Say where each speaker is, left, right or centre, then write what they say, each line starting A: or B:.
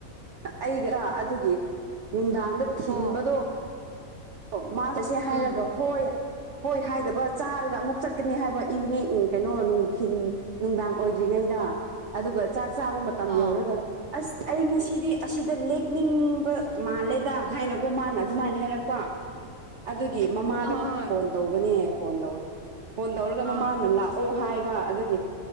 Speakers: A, on the right; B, on the right.
A: ꯑꯩꯒ ꯑꯗꯨꯒꯤ ꯅꯨꯡꯗꯥꯡꯗ ꯊꯤꯟꯕꯗꯣ
B: ꯑꯣ
A: ꯑꯣ ꯋꯥꯒꯁꯦ ꯍꯥꯏꯔꯒ
B: ꯎꯝ
A: ꯍꯣꯏ ꯍꯣꯏ ꯍꯥꯏꯗꯕ ꯆꯥꯔꯒ ꯑꯃꯨꯛ ꯆꯠꯀꯅꯤ ꯍꯥꯏꯕ ꯏꯚꯤꯅꯤꯡ ꯎ ꯀꯩꯅꯣ ꯅꯨꯡꯊꯤꯜ ꯅꯨꯡꯗꯥꯡ ꯑꯣꯏꯗ꯭ꯔꯤꯉꯩꯗ ꯑꯗꯨꯒ ꯆꯥꯛ ꯆꯥꯕ ꯃꯇꯝ ꯃꯇꯝ
B: ꯑꯣ
A: ꯌꯧꯔꯒ ꯑꯁ ꯑꯩ ꯉꯁꯤꯗꯤ ꯑꯁꯤꯗ ꯂꯦꯛꯅꯤꯡꯕ ꯃꯥꯜꯂꯦꯗ ꯍꯥꯏꯅꯀꯣ ꯃꯥꯅ ꯑꯗꯨꯃꯥꯏꯅ ꯍꯥꯏꯔꯛꯄ ꯑꯗꯨꯒꯤ ꯃꯃꯥꯗ
B: ꯍꯣꯏ ꯍꯣꯏ
A: ꯐꯣꯟ ꯇꯧꯕꯅꯦ ꯐꯣꯟ ꯇꯧꯋꯦ ꯐꯣꯟ ꯇꯧꯔꯒ
B: ꯑꯥ
A: ꯃꯃꯥꯅ ꯂꯥꯛꯑꯣ ꯍꯥꯏꯕ ꯑꯗꯨꯒꯤ